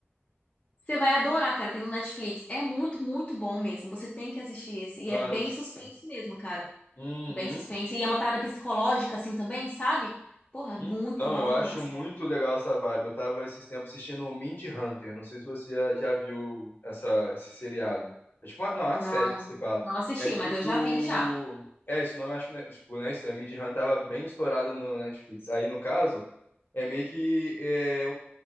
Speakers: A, on the left; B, on the left.
A: Você vai adorar, cara. Tem no Netflix. É muito, muito bom mesmo. Você tem que assistir esse.
B: <laughs>
A: E
B: Nossa.
A: é bem suspense mesmo, cara.
B: Uhum.
A: Bem suspense. E é uma parada psicológica, assim, também, sabe? Porra, é muito
B: Então,
A: boa
B: eu acho
A: mesmo.
B: muito legal essa vibe. Eu tava esses tempos assistindo o Mind Hunter. Não sei se você já, já viu essa, esse seriado. É tipo, uma, não, é uma série
A: Não,
B: que você fala.
A: não assisti,
B: É tipo.
A: mas eu já vi já.
B: É, esse nome eu acho que, né, tipo, né, isso, é, Mind Hunter tava bem estourado no Netflix. Aí, no caso, é meio que é,